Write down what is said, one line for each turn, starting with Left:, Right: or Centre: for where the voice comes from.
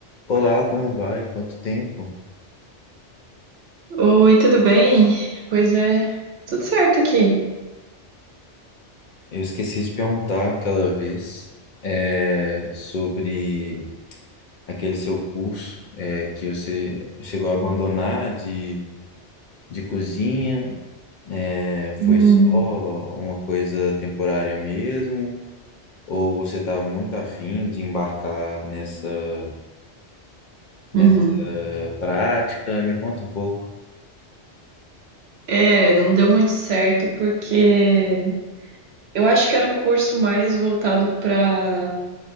Left: Olá, como vai? Quanto tempo?
Right: Oi, tudo bem? Pois é, tudo certo aqui.
Left: Eu esqueci de perguntar aquela vez é, sobre aquele seu curso é, que você chegou a abandonar de, de cozinha. É,
Right: Hum,
Left: foi só uma coisa temporária mesmo? Ou você está muito afim de embarcar nessa, nessa
Right: uhum.
Left: prática? Me conta um pouco.
Right: É, não deu muito certo porque eu acho que era um curso mais voltado para o